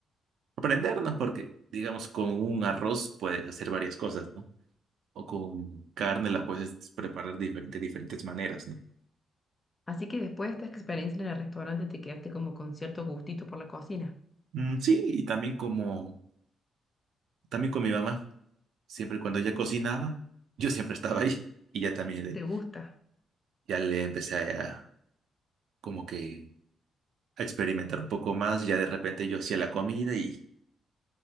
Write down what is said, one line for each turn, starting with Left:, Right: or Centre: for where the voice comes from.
Right: aprendernos, porque digamos con un arroz puedes hacer varias cosas, ¿no? o con carne la puedes preparar difer- de diferentes maneras, ¿no?
Left: Así que después de esta experiencia en el restaurante te quedaste como con cierto gustito por la cocina.
Right: Mm, sí, y también como, también con mi mamá, siempre cuando ella cocinaba, yo siempre estaba ahí <laughs> y ya también le,
Left: ¿Te gusta?
Right: ya le empecé a, como que a experimentar un poco más, ya de repente yo hacía la comida y